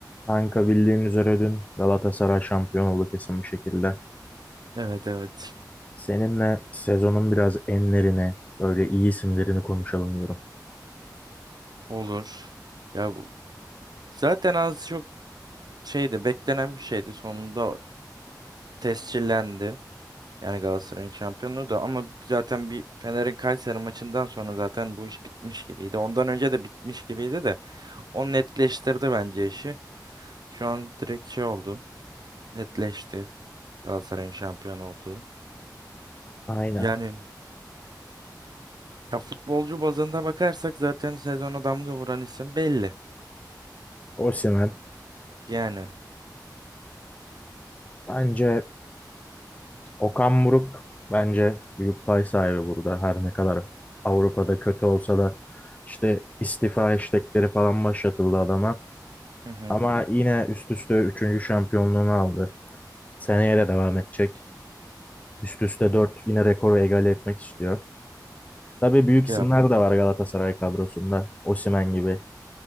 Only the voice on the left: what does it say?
Kanka bildiğin üzere dün Galatasaray şampiyon oldu kesin bir şekilde.
Seninle sezonun biraz enlerini, böyle iyi isimlerini konuşalım diyorum.
Aynen.
Osimhen.
Bence Okan Buruk bence büyük pay sahibi burada. Her ne kadar Avrupa'da kötü olsa da işte istifa istekleri falan başlatıldı adama.
Ama yine üst üste üçüncü şampiyonluğunu aldı. Seneye de devam edecek. Üst üste 4 yine rekoru egale etmek istiyor. Tabii büyük
isimler de var Galatasaray kadrosunda. Osimhen gibi.